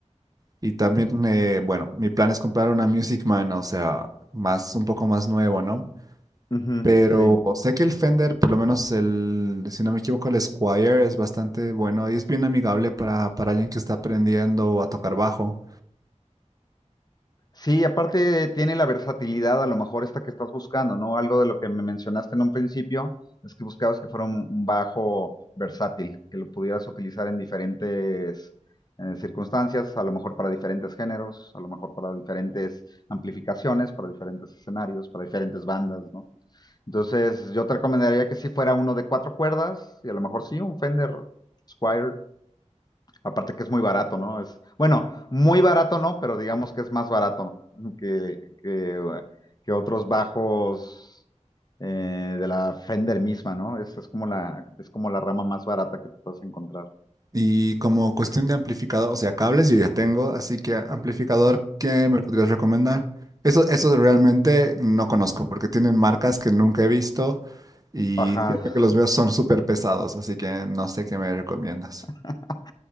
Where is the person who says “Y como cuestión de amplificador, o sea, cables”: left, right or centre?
Right